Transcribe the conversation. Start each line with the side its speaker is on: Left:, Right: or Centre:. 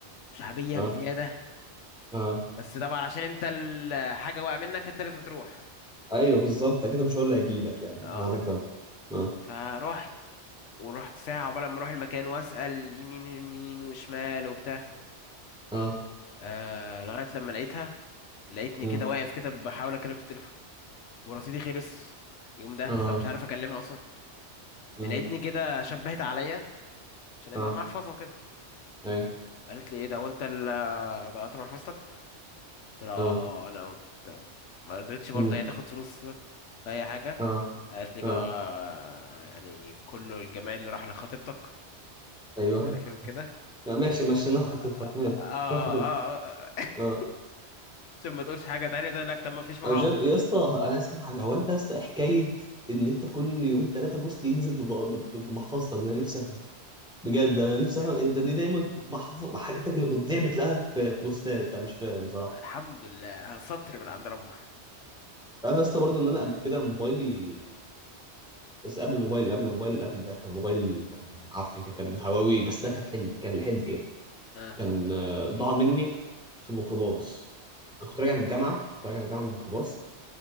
Left: شعبية
Centre: اه
Left: بزيادة
Centre: اه
Left: بس طبعا عشان انت الحاجة واقع منك انت لازم تروح
Centre: ايوه بالظبط اكيد مش هقول اللي هيجي لك يعني
Left: اه
Centre: انا لك ده اه
Left: فروحت ورحت ساعة عقبال ما اروح المكان واسأل يمين يمين وشمال وبتاع
Centre: اه
Left: آه لغاية لما لقيتها لقيتني
Centre: امم
Left: كده واقف كده بحاول اتكلم في التليفون ورصيدي خلص يوم ده
Centre: اه
Left: فمش عارف اكلمها اصلا
Centre: امم
Left: لقيتني كده شبهت عليا عشان هي
Centre: اه
Left: مع محفظة وكده
Centre: ايوه
Left: قالت لي ايه ده هو انت اللي ضيعت محفظتك قلت لها اه
Centre: اه
Left: آه، انا قلت- ما رضيتش برضه
Centre: امم
Left: هي تاخد فلوس لا اي حاجه
Centre: اه
Left: قالت لي بقى
Centre: اه
Left: آه، يعني كل الجمال اللي راح لخطيبتك
Centre: ايوه
Left: عارف ايه وكده
Centre: لا، ماشي مشينا خطتك
Left: اه
Centre: ماشي
Left: اه
Centre: مشينا خطتك
Left: آه، آه. <laughs>
Centre: اه
Left: عشان ما تقولش حاجه تانية تقول لك طب ما فيش محافظ
Centre: أنا مش فاهم- يا اسطى انا عايز افهم حاجه هو انت يا اسطى إيه حكايه ان انت كل يومين ثلاثه بوست ينزل بب- ب- بمحفظتك ده انا نفسي افهم بجد انا نفسي افهم
Left: أنا-
Centre: انت دي دايما محف... حاجتك اللي بتضيع بتلاقيها في في بوستات انا مش فاهم صراحه
Left: الحمد لله سطر من عند ربنا
Centre: عارف يا اسطى برضه ان انا قبل كده موبايلي بس قبل الموبايل قبل الموبايل اللي قبل ده كان موبايل كان عفن كان كان هواوي بس ده كان حلدي كان لحلدي يعني.
Left: اه
Centre: كان آه، ضاع مني في الميكروباص انا كنت راجع من الجامعه كنت راجع من الجامعه من الميكروباص